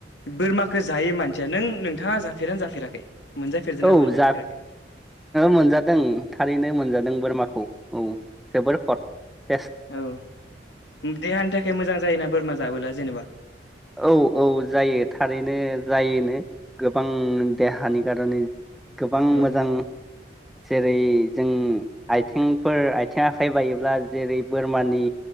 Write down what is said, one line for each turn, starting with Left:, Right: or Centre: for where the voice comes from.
Left: बोरमाखो जायो मानसिया। नों-नोंथाङा जाफेरोना जाफेराखै? मोनजाफेरदों
Centre: औ
Left: ना मोनजाफेराखै?
Centre: जा मोनजादों थारैनो मोनजादों बोरमाखौ औ जोबोर हट
Left: औ देहानि थाखाय मोजां जायोना बोरमा जाबोला जेनेबा।
Centre: औ औ जायो थारैनो जायोनो गोबां देहानि कार'नै गोबां
Left: औ
Centre: मोजां जेरै जों आथिंफोर आथें आखाइ बायोब्ला जेरै बोरमानि